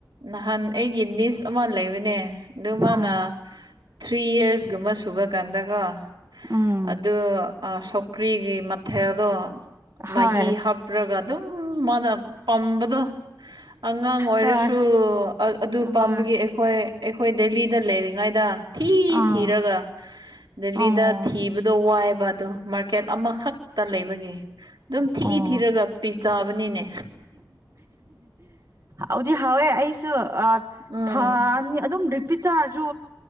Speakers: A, on the right; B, on the right.
A: ꯅꯍꯥꯟ ꯑꯩꯒꯤ ꯅꯤꯁ ꯑꯃ ꯂꯩꯕꯅꯦ ꯑꯗꯨ ꯃꯥꯅ
B: ꯑꯥ
A: ꯊ꯭ꯔꯤ ꯌꯔꯁꯀꯨꯝꯕ ꯁꯨꯕ ꯀꯥꯟꯗꯀꯣ
B: ꯎꯝ
A: ꯑꯗꯨ ꯀ꯭ꯔꯤꯒꯤ ꯃꯊꯦꯜꯗꯣ
B: ꯍꯣꯏ
A: ꯃꯍꯤ ꯍꯥꯞꯔꯒ ꯑꯗꯨꯝ ꯃꯥꯅ ꯄꯝꯕꯗꯣ ꯑꯉꯥꯡ ꯑꯣꯏꯔꯁꯨ
B: ꯍꯣꯏ
A: ꯊ꯭ꯔꯨ ꯑꯗꯨ
B: ꯍꯣꯏ
A: ꯄꯥꯝꯕꯒꯤ ꯑꯩꯈꯣꯏ ꯑꯩꯈꯣꯏ ꯗꯦꯂꯤꯗ ꯂꯩꯔꯤꯉꯩꯗ ꯊꯤ
B: ꯑꯥ
A: ꯊꯤꯔꯒ ꯗꯦꯜꯂꯤꯗ
B: ꯑꯣ
A: ꯊꯤꯕꯗꯣ ꯋꯥꯏꯑꯕ ꯑꯗꯣ ꯃꯥꯔꯀꯦꯠ ꯑꯃꯈꯛ ꯇ ꯂꯩꯕꯒꯤ ꯑꯗꯨꯝ ꯊꯤꯏ
B: ꯑꯣ
A: ꯊꯤꯔꯒ ꯄꯤ ꯆꯥꯕꯅꯤꯅꯦ
B: ꯑꯗꯨꯗꯤ ꯍꯥꯎꯋꯦ ꯑꯩꯁꯨ
A: ꯎꯝ
B: ꯊꯥꯅꯤ ꯑꯗꯨꯝ ꯄꯤꯆꯥꯥꯔꯁꯨ